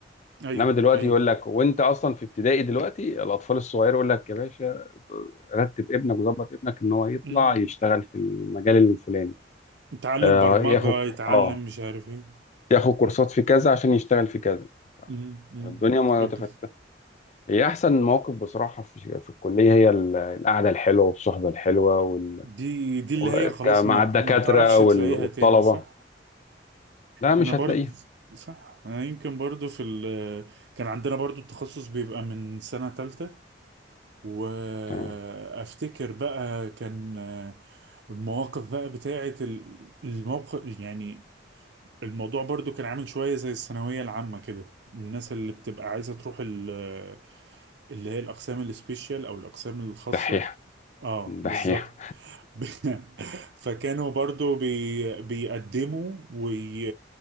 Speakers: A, on the right; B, on the left.
A: ايوه
B: انما دلوقتي
A: ايوه
B: يقول لك وانت اصلا في ابتدائي دلوقتي الاطفال الصغيره يقول لك يا باشا رتب ابنك وظبط ابنك ان هو يطلع
A: امم
B: يشتغل في المجال الفلاني
A: يتعلم
B: آه،
A: برمجة
B: ياخد
A: يتعلم
B: اه
A: مش عارف ايه
B: ياخد كورسات في كذا عشان يشتغل في كذا
A: امم أمم.
B: الدنيا متفتحة
A: اب-
B: هي أحسن مواقف بصراحة في, في الكلية هي ال- القعدة الحلوة والصحبة الحلوة وال...
A: دي دي
B: و-
A: اللي هي خلاص
B: ك- مع
A: ما
B: الدكاترة
A: ما بتعرفش تلاقيها
B: وال... والطلبة
A: تاني صح
B: لا مش
A: انا برضه
B: هتلاقيها
A: صح انا يمكن برضه في ال كان عندنا برضه التخصص بيبقى من سنة تالتة وافتكر
B: تمام.
A: بقى كان المواقف بقى بتاعة ال- الموقف يعني الموضوع برضه كان عامل شوية زي الثانوية العامة كده الناس اللي بتبقى عايزة تروح ال- اللي هي الأقسام السبيشال أو الأقسام الخاصة
B: دحيحة
A: اه
B: دحيحة
A: بالظبط ب- <laughs> فكانوا برضو بي... بيقدموا وي...